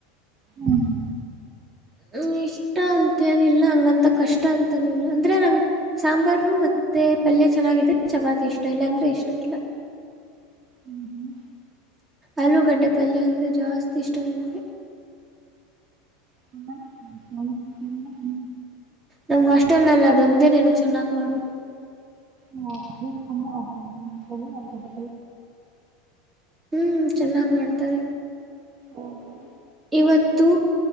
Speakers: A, on the right; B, on the right.
A: ಹ್ಮ್.
B: ಹ್ಮ ಇಷ್ಟ ಅಂತೇನಿಲ್ಲ ಹಂಗಂತ ಕಷ್ಟ ಅಂತನೂ ಇಲ್ಲ ಅಂದ್ರೆ ನಂ ಸಾಂಬಾರ ಮತ್ತೆ ಪಲ್ಯ ಚೆನ್ನಾಗಿದ ಚಪಾತಿ ಇಷ್ಟ ಇಲ್ಲ ಅಂದ್ರೆ ಇಷ್ಟ ಇಲ್ಲ.
A: ಹ್ಮ್ ಹ್ಮ್.
B: ಆಲೂಗಡ್ಡೆ ಪಲ್ಯ ಅಂದ್ರೆ ಜಾಸ್ತಿ ಇಷ್ಟ ನನ್ಗೆ.
A: ಹ ಹ್ಮ.
B: ನಮ್ ಹಾಸ್ಟೆಲ್ನಲ್ಲ ಅದೊಂದೇನೇನ ಚೆನ್ನಾಗ್ ಮಾಡೋುದು.
A: ಹಾ ಕಂತ.
B: ಹ್ಮ್ ಚೆನ್ನಾಗ್ ಮಾಡ್ತಾರ.
A: ಓ ಹೋ.
B: ಇವತ್ತು